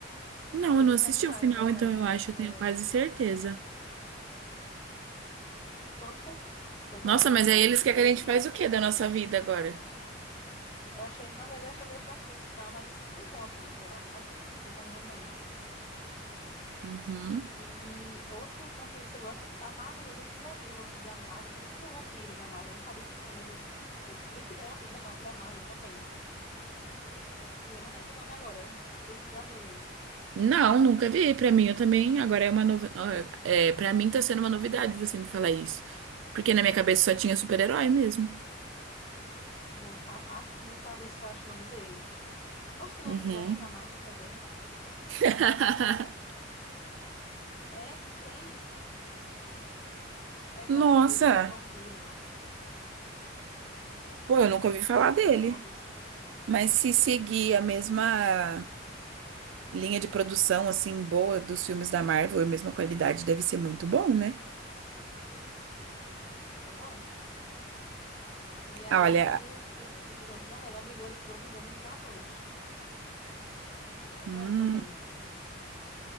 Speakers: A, on the right; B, on the left.
A: Não,
B: Todos
A: eu não assisti
B: terminaram
A: o final,
B: dessa,
A: então eu acho,
B: dessa
A: eu tenho quase
B: do mundo.
A: certeza.
B: Poxa, foi bom,
A: Nossa,
B: o
A: mas
B: final.
A: aí eles querem
B: Foi mentira.
A: que a gente faz o quê da nossa vida agora?
B: Eu achei, na verdade, eu achei meio fraquinho o final, mas foi bom, assim, em geral, sabe? Não Foi tão ruim, não.
A: Uhum.
B: E outros vampiros que eu gosto, da Marvel, eu não sei se tu já viu, o vampiro da Marvel também tem um vampiro na Marvel. Eu não sabia que tinha, mas eu, eu descobri que tem um vampiro da, Na- da Marvel também. Só que eu não lembro o nome agora. <laughs> Não sei se tu já viu ele.
A: Não, nunca vi. Pra mim, eu também. Agora é uma novidade. É, para mim tá sendo uma novidade você me falar isso. Porque na minha cabeça só tinha super-herói mesmo.
B: Vou catar aqui pra ver se eu acho o nome dele. Poxa, tem
A: Uhum.
B: lobisomem na Marvel também.
A: <laughs>
B: É, tem. É Morbius,
A: Nossa,
B: o nome do vampiro.
A: pô, eu nunca ouvi falar dele.
B: É Morbius.
A: Mas se seguir a mesma linha de produção, assim, boa dos filmes da Marvel, a mesma qualidade, deve ser muito bom, né?
B: É bom. E
A: Ah,
B: aí,
A: Olha,
B: o nome do filme de lobisomem é Lambisori- Lobisomem na Noite. É
A: Hum,
B: bom também.